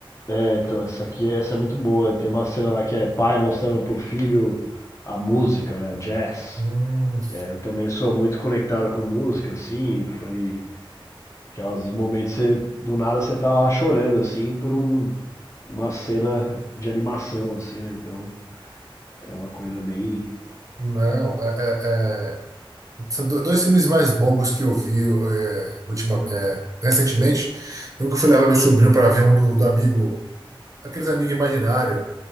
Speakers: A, on the left (about 35°); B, on the right (about 40°).
A: É, então, essa aqui, é, essa é muito boa. Tem uma cena lá que é pai mostrando pro filho a música, né? Jazz.
B: Hum,
A: E aí eu também sou muito conectado com música, assim, e foi aqueles momentos que você, do nada você tá lá chorando, assim, por um- uma cena de animação, assim, né? Então é uma coisa bem.
B: não, é, é, é, são do- dois filmes mais bobos que eu vi é, ultimamente, é, recentemente. Eu que fui levar meu sobrinho para ver um do, do amigo Aqueles amigos imaginários